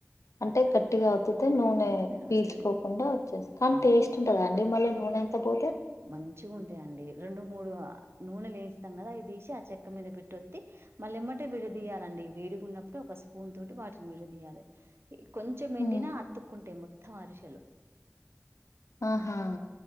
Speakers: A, on the left (about 80°); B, on the right (about 55°).
A: అంటే
B: అట్లా
A: గట్టిగా ఒత్తుతే నూనె
B: ఒత్తిదిన
A: పీల్చుకోకుండా
B: వస్తది
A: వచ్చేస్తాది
B: అవును
A: టేస్ట్ ఉంటదా అండి మళ్ళ నూనె అంతా పోతే
B: మంచిగుంటాయండి రెండు మూడు నూనె లేంచూతాం కదా అసి ఆ చెక్క మీద పెట్టిఒత్తి మళ్ళీ ఇమ్మటే విడదీయాలండి వేడి గున్నప్పుడు ఒక స్పూన్ తోటి వాటిని విడదీయాలే కొంచెం ఎండినా
A: ఉమ్.
B: అత్తుక్కుంటెయి మొత్తం అరిషేలు
A: ఆహా